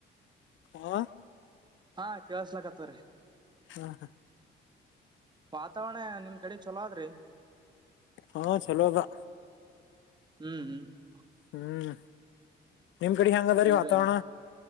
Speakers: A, on the left; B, on the right.
A: ಹಾ.
B: ಹಾ ಕೇಳಸ್ಲಕ್ಕತ್ವ್ರೀ.
A: ಹಾ ಹಾ.
B: ವಾತಾವರಣ ನಿಮ್ ಕಡೆ ಚಲೋ ಅದ್ರಿ.
A: ಹಾ ಚಲೋ ಅದಾ.
B: <inaudible>
A: ಹ್ಮ್ ನಿಮ್ ಕಡೆ ಹೆಯಾಂಗ ಅದ
B: ಅಂದ್ರ
A: ರೀ ವಾತಾವರಣ.